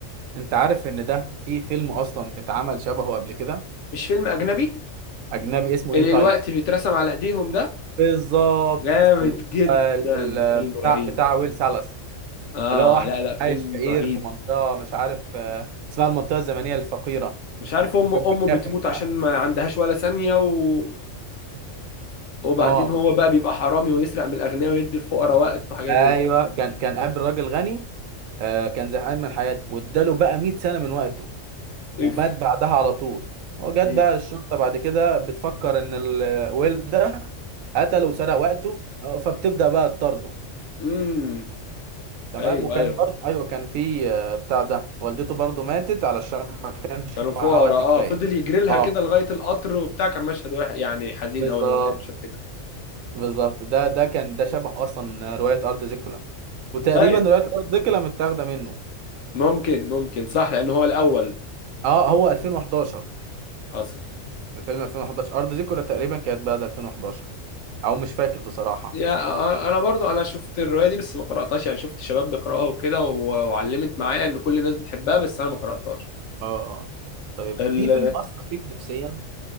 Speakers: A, on the right; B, on the left.
A: انت عارف ان ده في فيلم اصلا اتعمل شبهه قبل كده
B: مش فيلم اجنبي
A: اجنبي اسمه
B: اللي
A: ان تايم
B: الوقت بيترسم على ايديهم ده
A: بالظبط
B: جامد
A: اللي
B: جدا
A: هو ال- ال-
B: فيلم
A: بتاع
B: رهيب
A: بتاع ويل سالاس
B: اه
A: اللي هو واحد
B: لا
A: كان
B: لا فيلم
A: عايش فقير
B: رهيب
A: في منطقة مش عارف آه، اسمها المنطقة الزمنية الفقيرة
B: مش عارف امه
A: كان بيكافح
B: امه بتموت
A: بقى
B: عشان ما عندهاش ولا ثانيه و... وبعدين
A: اه
B: هو بقى بيبقى حرامي ويسرق من الاغنياء ويدي الفقراء وقت وحاجات
A: ايوه
B: زي كده
A: كان كان قابل راجل غني آه، كان زهقان من حياته واداله بقى 100 سنة من وقته
B: اف
A: ومات بعدها على طول وجت
B: اف
A: بقى الشرطة بعد كده بتفكر ان الويل ده قتله وسرق وقته آه، فبتبدأ بقى تطارده
B: امم
A: تمام
B: ايوه
A: وكان
B: ايوه
A: برضه ايوه كان في آه، بتاع ده والدته برضه ماتت علشان ما كانش
B: كانوا
A: معاها
B: فقراء
A: وقت
B: اه
A: كفايه
B: فضل يجري لها
A: اه
B: كده لغايه القطر وبتاع كان مشهد واحد يعني حزين
A: بالظبط
B: قوي ما بحبش افتكره
A: بالظبط ده ده كان ده شبه اصلا روايه ارض زيكولا وتقريبا
B: طيب
A: روايه ارض زيكولا متاخده منه
B: ممكن ممكن صح لان هو الاول
A: اه هو 2011
B: حصل
A: الفيلم 2011 ارض زيكولا تقريبا كانت بعد 2011 او مش فاكر بصراحه
B: يا آه، آه، انا برضو انا شفت الروايه دي بس ما قراتهاش يعني شفت شباب بيقراوها وكده و- وعلمت معايا ان كل الناس بتحبها بس انا ما قراتهاش
A: اه اه آه. طيب
B: ال-
A: في فيلم اثر فيك نفسيا